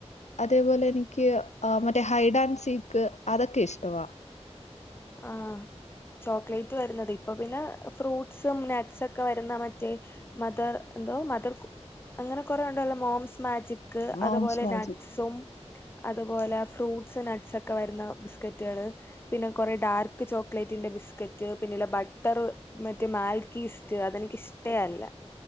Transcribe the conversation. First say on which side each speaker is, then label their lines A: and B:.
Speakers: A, on the left (about 85°); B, on the left (about 20°).
A: അതേപോലെ എനിക്ക് ആ മറ്റേ ഹൈഡ് ആൻഡ് സീക്ക് അതൊക്കെ ഇഷ്ടവാ.
B: ആ ചോക്ലേറ്റ് വരുന്നത് ഇപ്പൊ പിന്നെ ഫ്രൂട്ട്സും നട്ട്സ് ഒക്കെ വരുന്നാ മറ്റേ മദർ എന്തോ മദർകുക്ക് അങ്ങനെ കൊറെേ ഉണ്ടല്ലോ മോംസ് മാജിക്- ക്ക്
A: മോംസ്
B: അതുപോലെ
A: മാജിക്,
B: നട്സും അതുപോലെ ഫ്രൂട്ടസ് നട്ട്സ് ഒക്കെ വരുന്ന ബിസ്ക്കറ്റുകള് പിന്നെ കുറെ ഡാർക്ക് ചോക്ലേറ്റിന്റെ ബിസ്ക്കറ്റ് പിന്നെ ബട്ടർ മറ്റ് മാൽ- ക്കിസ്റ്റ് അത് എനിക്ക് ഇഷ്ട്ടേ അല്ല.